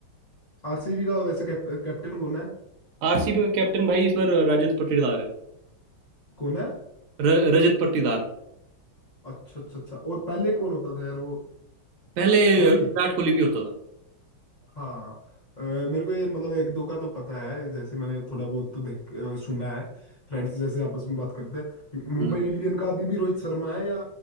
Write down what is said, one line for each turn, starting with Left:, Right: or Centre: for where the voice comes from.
Left: आरसीबी का वैसे कैप, कैप्टन कौन है
Right: आरसीबी का कैप्टन भाई इस बार रजत पाटीदार है
Left: कौन है
Right: र, रजत पाटीदार
Left: अच्छा अच्छा अच्छा और पहले कौन होता था यार वो
Right: पहले
Left: कोहली
Right: विराट कोहली भी होता था
Left: हाँ अ, मेरे को ये मतलब एक दो का तो पता है जैसे मैंने थोड़ा बहुत तो देख अ, सुना है फ्रेंड्स जैसे आपस में बात करते हैं
Right: हम्म।
Left: मुंबई इंडियन का अभी भी रोहित शर्मा है या